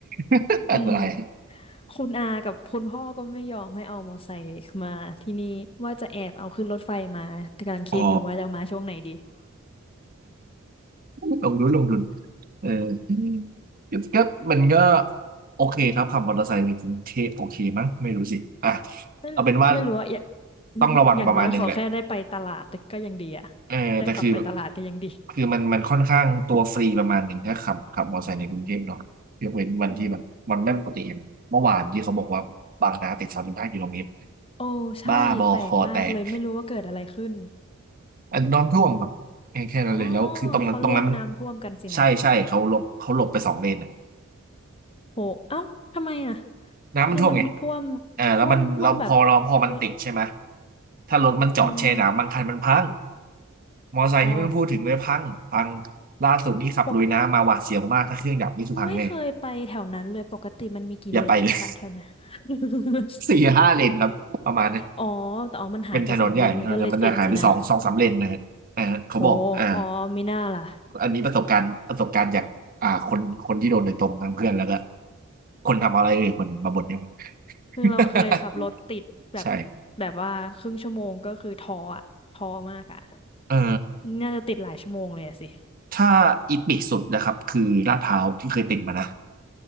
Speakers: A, on the right; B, on the left.
A: <laughs>
B: อืม
A: อันตราย
B: คุณอากับคุณพ่อก็ไม่ยอมให้เอามอไซค์มาที่นี่ว่าจะแอบเอาขึ้นรถไฟมาแต่กำลังคิดอยู่ว่าจะเอามาช่วงไหนดี
A: อ๋อ ลงทุนลงทุนเออก็มันก็โอเคครับขับมอเตอร์ไซค์ในกรุงเทพโอเคมั้งไม่รู้สิอ่ะ
B: ไม่ไม่รู้ว่าอะอย่า
A: เอาเป็นว่า
B: <laughs>
A: ต้องระวังประมาณหนึ่งแหละ
B: อย่างน้อยขอแค่ได้ไปตลาดก็ยังดีอะ
A: เออแต่คือ
B: ได้ขับไปตลาดก็ยังดี
A: คือมันมันค่อนข้างตัวฟรีประมาณหนึ่งถ้าขับขับมอเตอร์ไซค์ในกรุงเทพเนาะยกเว้นวันที่แบบมันไม่ปกติอย่างเมื่อวานที่เขาบอกว่าบางนาติดสามสิบห้ากิโลเมตร
B: อืมโอ้ใช่แปลกมากเลยไม่รู้ว่าเกิดอะไรขึ้น
A: บ้าบอคอแตกอันน้ำท่วมครับแค่แค่นั้นเลยแล้วคือตรงนั้นตรงนั้นมัน
B: อ๋อเขาเรียกน้ำท่วมกันสินะ
A: ใช่ใช่เขาหลบเขาหลบไปสองเลน
B: โอ้เอ้าทำไมอ่ะ
A: น้ำมันท่วมไง
B: คือมันท่วม
A: เออแล้วมันเราพอเราพอมันติดใช่ไหม
B: ท่วมท่วมแบบเออ
A: ถ้ารถมันจอดแช่น้ำบางคันมันพัง
B: อืม
A: มอไซค์นี่ไม่ต้องพูดถึงเลยพังพัง
B: อ๋อ
A: ล่าสุดนี่ขับลุยน้ำมาหวาดเสียวมาก
B: ปก
A: ถ้าเครื่องดับนี่คือพังแน่
B: ไม่เคยไปแถวนั้นเลยปกติมันมีกี่เลนนะคะแถวนั้น
A: อย่าไปเลย
B: <laughs>
A: <laughs> สี่ห้าเลนครับ ประมาณนั้น
B: อ๋อแต่อ๋อมันหายไปสองเลนมันก็เลยติดสินะ
A: เป็นถนนใหญ่ถนนใหญ่มันจะหายไปสองสองสามเลนนะฮะอ่าเขาบอกอ่า
B: โหอ๋อไม่น่าล่ะ
A: อันนี้ประสบการณ์ประสบการณ์จากอ่าคนคนที่โดนโดยตรงทั้งเพื่อนแล้วก็คนทำอะไรเอ่ยคนมาบ่นเนี่ยมัน <laughs>
B: คือเราเคยขับรถติดแบบ
A: ใช่
B: แบบว่าครึ่งชั่วโมงก็คือท้ออะท้อมากอะ
A: เออ
B: น่าจะติดหลายชั่วโมงเลยอะสิ
A: ถ้าอีทิกสุดนะครับคือลาดพร้าวที่เคยติดมานะ